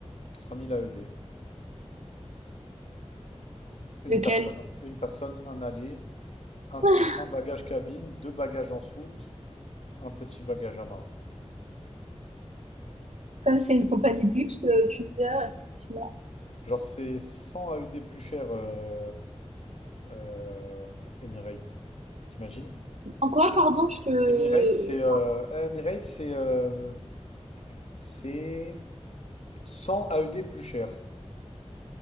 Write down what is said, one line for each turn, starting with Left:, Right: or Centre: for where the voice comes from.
Left: 3000 AED. Une
Right: Lequel?
Left: personne. hein. Une personne, un aller, un
Right: <laughs>
Left: petit un bagage cabine, deux bagages en soute, un petit bagage à main.
Right: Comme c'est une compagnie de luxe, euh, Tunisair, effectivement.
Left: Genre, c'est 100 AED plus cher, euh, euh, Emirates. T'imagines?
Right: En quoi, pardon, je te...
Left: Emirates, c'est euh, Emirates, c'est euh, c'est 100 AED plus cher.